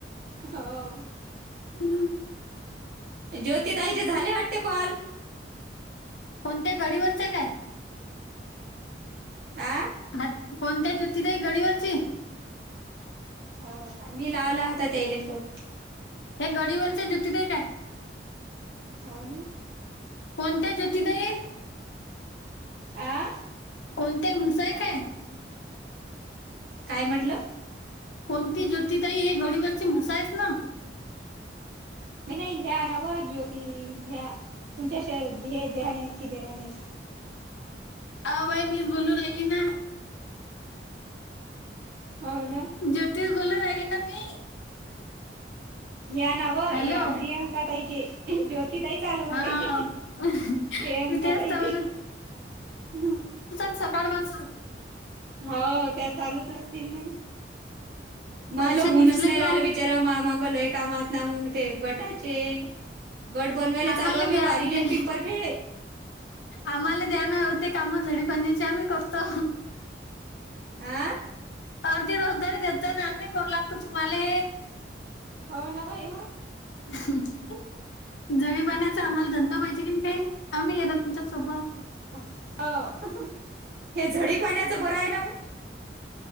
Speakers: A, on the right; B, on the left.
A: हो.
B: हम्म.
A: ज्योति ताईचे झाले वाटते कॉल.
B: कोणत्या गडीवरचं काय?
A: आ
B: हा कोणत्या ज्योती ताई गडीवरची?
A: हाव का मी लावला होता त्याले फोन.
B: हे गडीवरच्या ज्योती ताई काय?
A: हाव ना.
B: कोणत्या ज्योती ताई?
A: आं
B: कोणत्या मुसा एक आहे.
A: काय म्हटलं?
B: कोणती ज्योती ताई हे गडीवरची म्हसा आहेस ना.
A: मी नाही ह्या आणवं ज्योती ह्या तुमच्या श हे जेठाणी की देराणी
B: आ बाई मीच बोलू राहिली ना.
A: हो ना.
B: ज्योतिस बोलू राहिली ना मी.
A: या नावं
B: हॅलो
A: या प्रियांका ताईचे ज्यो तिथं ही चालू म्हणे
B: हा
A: प्रियांका
B: मी तेच
A: ताईची
B: तर
A: हां.
B: सकाळ पासून.
A: हो त्या चांलूच असतील ना, मल
B: पैसे
A: होऊनच
B: दिसले
A: नाही
B: की
A: राहिलं
B: मग
A: बिचारा मह्या, माग लय कामात ना म ते गटाचे. गट बनवायले
B: आम्हाला
A: चालू आम्ही
B: द्या
A: वारिलेन
B: अर्धे
A: पिंपर खेळले.
B: आम्हाला द्याना अर्धे कामं झडी पाण्याचे आम्ही करतो.
A: आं
B: अर्धी रोजदारी देतो ना, करू लागतो तुम्हाले
A: हो ना, बाई व
B: जवळी पाण्याचा आम्हाला धंदा पाहिजे, कनी काय आम्ही तुमच्या सोबत.
A: हाव हे झडी पाण्याचा बरं आहे ना पण.